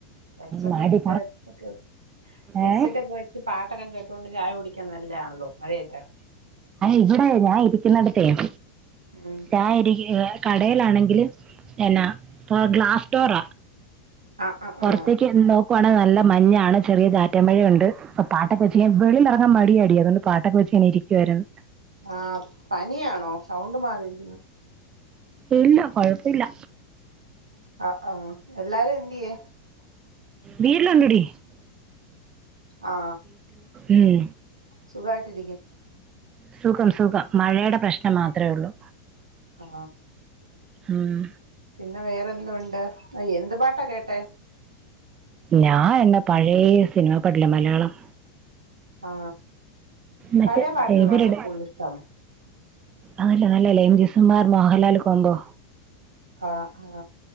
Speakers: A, on the right (about 85°); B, on the right (about 25°).
A: ഹെഡ്സൊക്കെ
B: മടി
A: ഹെഡ്സൊക്കെ ഹെഡ്സെറ്റ്
B: ഏയ്
A: ഒക്കെ വെച്ച് പാട്ടൊക്കെ കേട്ടുകൊണ്ട് ചായ കുടിക്കാൻ നല്ലതാണല്ലോ മഴയത്ത്
B: ഇവിടെ ഞാൻ <unintelligible> നടുകയം
A: ഉം
B: ദായിരിക്കുവാ ഇടയിലാണെങ്കില് എന്നാ ഇപ്പൊ ഗ്ലാസ്ഡോറ
A: ആ ആ ആ
B: ത്തേക്ക് നോക്കു ഇപ്പണെ നല്ല മഞ്ഞാണ്. ചെറിയ ചാറ്റമഴയൊണ്ട് പാട്ടൊക്കെവെച്ച് വെളിയിലിറാങ്ങാൻ മടിയാടി അതൊണ്ട് പാട്ടൊക്കെ വെച്ച് ഞാൻ ഇരിക്കുവായിരുന്നു
A: ആ പനിയാണോ സൗണ്ട് മാറിയിരിക്കുന്നു
B: ഇല്ല കൊഴപ്പമില്ല
A: ആ ആ എല്ലാരും എന്തിയേ
B: വീട്ടിടുണ്ടടീ
A: ആ
B: ഉം
A: സുഖായിട്ടിരി
B: സുഖം സുഖം മഴയുടെ പ്രശ്നം മാത്രമേ ഉള്ളൂ
A: ആ
B: ഉം.
A: പിന്നെ വേറെഎന്തോ ഉണ്ട് എന്തു പാട്ടാ കേട്ടെ
B: ഞാൻ എന്ന പഴയ സിനിമ പാട്ടില്ലേ മലയാളം
A: ആ
B: മറ്റേ
A: പഴയ പാട്ടുകളാണോ
B: ഇവരുടെ
A: കൂടുതൽ ഇഷ്ടം
B: അതല്ല നല്ലതല്ലേ M G Sreekumar Mohanlal combo
A: ആ ആ